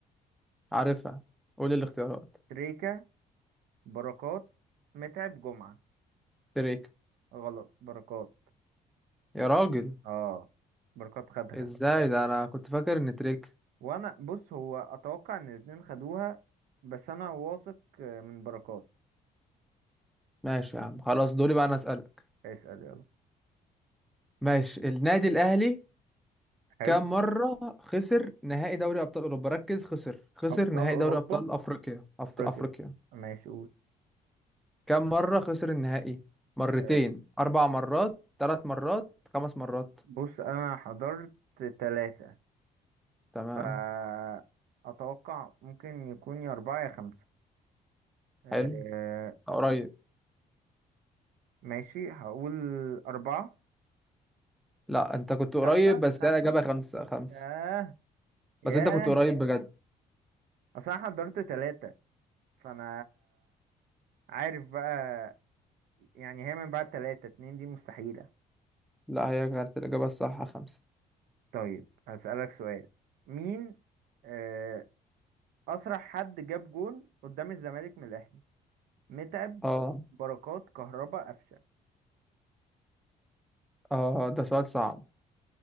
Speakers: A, in the centre; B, on the right (about 80°).
A: عارفها قول الاختيارات
B: تريكا بركات متعب جمعة
A: تريك
B: غلط بركات
A: يا راجل
B: اه بركات خدها
A: ازاي ده انا كنت فاكر ان تريك
B: وأنا بص هو أتوقع إن الاتنين خدوها بس أنا واثق من بركات
A: ماشي يا عم خلاص دوري بقى انا اسالك
B: اسأل يلا
A: ماشي النادي الاهلي
B: حلو
A: كام مره خسر نهائي دوري ابطال اوروبا ركز خسر خسر
B: أبطال
A: نهائي
B: أوروبا
A: دوري ابطال افريقيا أفت...
B: أفريقيا
A: افريقيا
B: ماشي قول
A: كم مرة خسر النهائي مرتين
B: آه،
A: أربع مرات ثلاث مرات خمس مرات
B: بص أنا حضرت تلاتة
A: تمام
B: فأتوقع ممكن يكون يا أربعة يا خمسة آه
A: حلو قريب
B: ماشي هقول أربعة
A: لا أنت كنت قريب
B: خمسة
A: بس
B: خمسة
A: هي الإجابة خمسة خمسة
B: ياه ياه
A: بس أنت كنت قريب بجد
B: أصل أنا حضرت تلاتة فأنا عارف بقى يعني هي من بعد تلاتة اتنين دي مستحيلة
A: لا هي كانت الإجابة الصح خمسة
B: طيب هسألك سؤال مين آه أسرع حد جاب جون قدام الزمالك من الأهلي متعب
A: اه
B: بركات كهربا قفشة
A: اه ده سؤال صعب